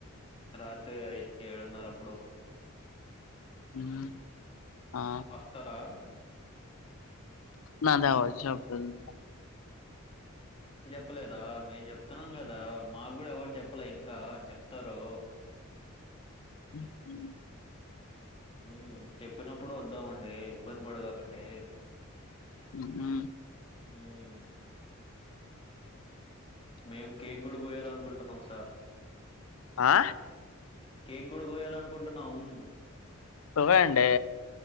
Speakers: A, on the left (about 25°); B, on the left (about 75°).
A: రాత్ర రారీ ఏడు నర అప్పుడు
B: ఉమ్ ఆ
A: అస్తరా
B: నాదవరు చెప్పలేదు
A: చెప్పలేదా మేం చెప్తున్నాం కదా మాకు కూడా ఎవరు చెప్పలే ఇంకా చెప్తారు
B: <inaudible>
A: ఉ చెప్పినప్పుడు వద్దామండి ఇబ్బంది పడ కాకండి
B: ఉమ్ హ్
A: ఉమ్ మేం కేక్ కూడా కోయాల అనుకుంటున్నాం సార్
B: ఆ
A: కేక్ కూడా కోయాలనుకుంటున్నాము
B: కోవేయండి